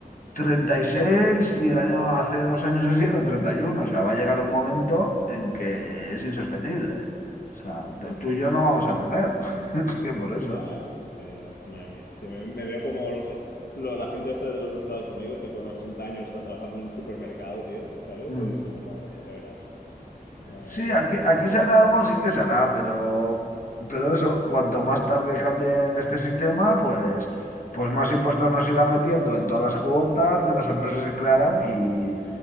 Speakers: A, on the left; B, on the left.
A: treinta y seis y el año, hace dos años así eran treinta y uno, O sea, va a llegar un momento en que es insostenible. O sea,
B: Sí,
A: tú y yo no vamos a tener. <laughs> Es que por eso.
B: ya, ya. Eh, madre mía, tío, me, me veo como los- lo- la gente esta de los Estados Unidos que con 80 años está trabajando en un supermercado, tío, ¿sabes?
A: Mm.
B: Es como, madre mía, ya verás, madre
A: Sí,
B: mía, la
A: aquí,
B: sociedad.
A: aquí se hará algo, sí que se hará, pero, pero eso, cuanto más tarde cambien este sistema, pues, pues más impuestos nos irán metiendo en todas las cuotas, menos empresas se crearán y,